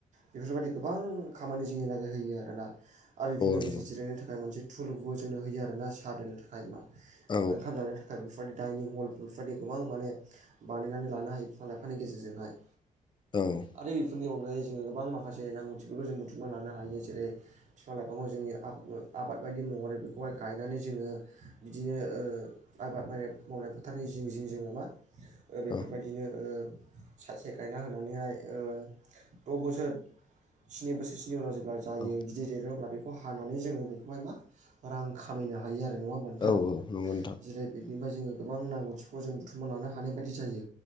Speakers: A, on the right (about 60°); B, on the left (about 35°).
A: बेफोरबायदि गोबां खामानि जोंनि लागै होयो आरोना। आरो दि लोगोसे
B: नंगौ
A: जिरायनो थाखाय मोनसे थुलबो जोंनो होयो आरोना सा दोननो थाखाय मा
B: औ
A: ओंखाम जानो थाख आरो बेफोबादि डाइनिं हल बेफोबायदि गोबां माने बानायनानै लानो हायो बिफां लाइफांनि गेजेरजोंहाय।
B: औ
A: आरो बेफोरनि अनगायै जोङो गोबां माखासे नांगौथिखौबो जों बुथुमनानै लानो हायो जेरै फिफां लाइफांखौ जोंनि आफ ओ आबाद बायदि महरै बेखौहाय गायनानै जोङो बिदिनो ओ आबाद माने मावनाय फोथारनि जिं जिं जोङो मा ओ बेफोरबायदिनो
B: औ
A: ओ सासे गायना होनानैहाय ओ द' बोसोर स्नि बोसोरसोनि उनाव जों ब्ला जायो
B: औ
A: गिदिर देरो अब्ला बेखौ हानानै जोङो बेखौहाय मा रां खामायनो हायो आरो नङा होमबा नोंथां
B: औ नंगौ नोंथां
A: जिरै बिनिफाय जोङो गोबां नांगौथिखौ जों बुथुमना लानो हानाय बायदि जायो